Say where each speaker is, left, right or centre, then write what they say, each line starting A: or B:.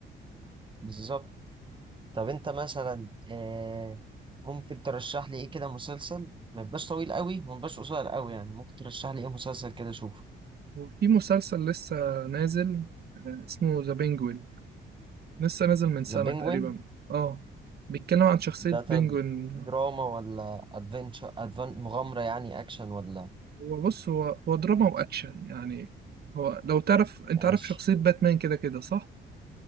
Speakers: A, on the right (about 25°); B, on the right (about 55°).
A: بالظبط طب أنت مثلا آه، ممكن ترشح لي إيه كده مسلسل ما يبقاش طويل قوي وما يبقاش قصير قوي يعني ممكن ترشح لي إيه مسلسل كده أشوفه
B: وفي مسلسل لسه نازل آه، اسمه ذا بينجوين لسه نازل من سنه
A: ذا بينجوين
B: تقريبا اه بيتكلم عن شخصية
A: ده طيب
B: بينجوين
A: دراما ولا ادفنتشر أدفن... مغامرة يعني اكشن ولا
B: هو بص هو هو دراما واكشن يعني هو لو تعرف انت
A: ماشي
B: عارف شخصية باتمان كده كده صح